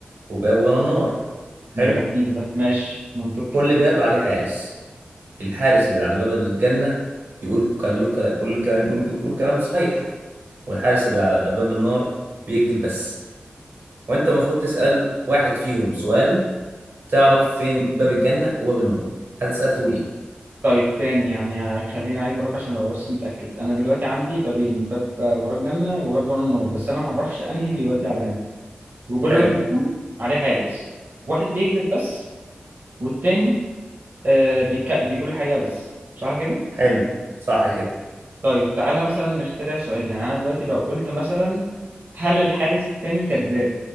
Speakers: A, on the right; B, on the right.
A: وباب ورا النار حلو
B: ده جميل ده ماشي منطقي
A: كل باب عليه حارس الحارس اللي على باب الجنه بيقول كل كل الكلام اللي بيقوله بيقول كلام صحيح والحارس اللي على باب النار بيكذب بس وانت المفروض تسأل واحد فيهم سؤال تعرف فين باب الجنة وباب النار هتسأل تقول ايه
B: طيب تاني يعني خليني اعيد وراك عشان ابقى بس متأكد انا دلوقتي عندي بابين باب ورا الجنة وباب ورا النار بس انا معرفش انهي بيودي على انهي وكل
A: حلو
B: باب منهم عليه حارس واحد بيكذب بس والتاني آه بيك... بيقول الحقيقة بس صح كده
A: حلو صح كده
B: طيب تعالى مثلا نخترع سؤال يعني انا دلوقتي لو قلت مثلا هل الحارس التاني كذاب